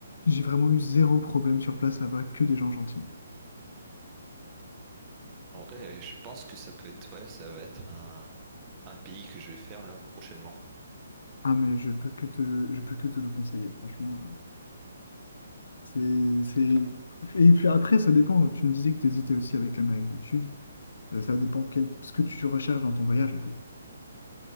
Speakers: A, on the left; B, on the right.
A: J'ai vraiment eu zéro problème sur place là-bas, que des gens gentils.
B: En vrai, je pense que ça peut être, ouais, ça va être un, un pays que je vais faire là prochainement.
A: Ah mais je peux que te le, je peux que te le conseiller, franchement. euh, C'est, c'est...
B: Ah,
A: Et puis après, ça dépend. Tu me disais que tu hésitais aussi avec l'Amérique du Sud. Euh, ça dépend quel... ce que tu recherches dans ton voyage, en fait.